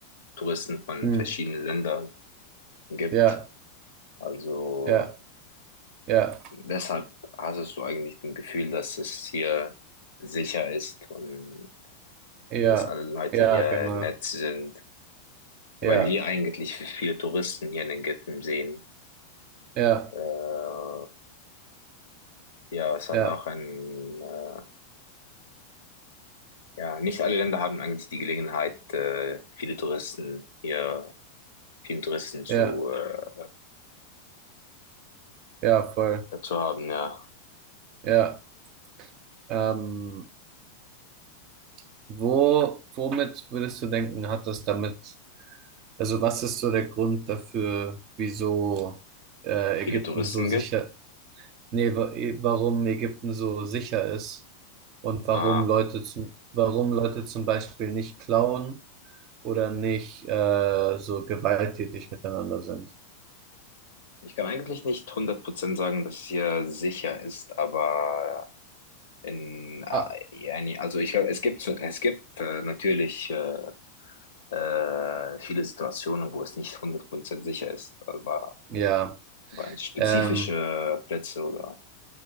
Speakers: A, on the left; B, on the right.
A: Touristen von
B: mh,
A: verschiedenen Ländern gibt.
B: ja,
A: Also
B: ja, ja,
A: deshalb hast du eigentlich das Gefühl, dass es hier sicher ist und
B: ja,
A: dass alle Leute
B: ja,
A: hier
B: genau.
A: nett sind, weil
B: Ja,
A: wir eigentlich viele Touristen hier in den Ghetten sehen.
B: ja,
A: Äh, ja, es hat
B: ja,
A: auch ein äh, Ja, nicht alle Länder haben eigentlich die Gelegenheit, äh, viele Touristen hier, vielen Touristen zu,
B: ja,
A: äh,
B: ja, voll.
A: zu haben, ja.
B: Ja. Ähm, <clears throat> wo, womit würdest du denken, hat das damit Also was ist so der Grund dafür, wieso äh,
A: Viele
B: Ägypten
A: Touristen
B: so sicher,
A: gibt.
B: nee, wa- eh, warum Ägypten so sicher ist und warum
A: Ah,
B: Leute zum, warum Leute zum Beispiel nicht klauen oder nicht äh, so gewalttätig miteinander sind?
A: ich kann eigentlich nicht hundert Prozent sagen, dass es hier sicher ist, aber in, äh,
B: Ah,
A: yani- also ich glaube, es gibt, so- es gibt äh, natürlich äh, äh, viele Situationen, wo es nicht hundert Prozent sicher ist, aber,
B: ja,
A: aber in spezifische
B: ähm,
A: Plätze oder